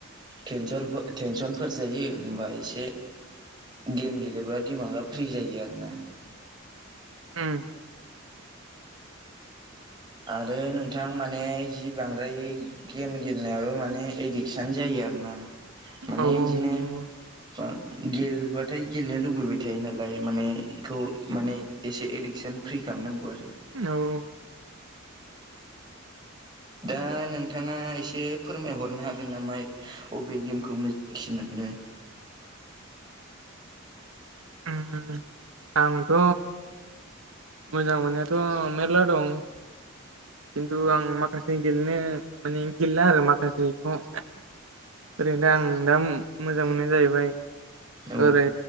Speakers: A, on the right (about 20°); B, on the right (about 70°).
A: टेनस टेनसनफोर जायो होमबा एसे गेम गेलेबा दिमागा फ्रि जायो आरो ना
B: उम
A: आरो नोंथां माने जि बांद्राय गेम गेलेनायाबो माने एडिकसन जायो आरोना माने
B: औ
A: इदिनो
B: नंगौ औ
A: बा गेलबथाय गेलेनो लुुबैबाय थायो नालाय माने इखौ माने एसे एडिकसन फ्रि खालामनांगौ आरो
B: औ
A: दा नोंथाङा एसे फोरमायहरनो हागोन नामा? अबे गेमखौ मोजांसिन मोनो
B: उम आंथ' मोजां मोननायाथ' मेरला दं। खिन्थु आं माखासे गेलेनो माने गेलेला आरो माखासेखौ ओरैनो दा आं दा मोजां मोननाया जाहैबाय
A: औ
B: ओरै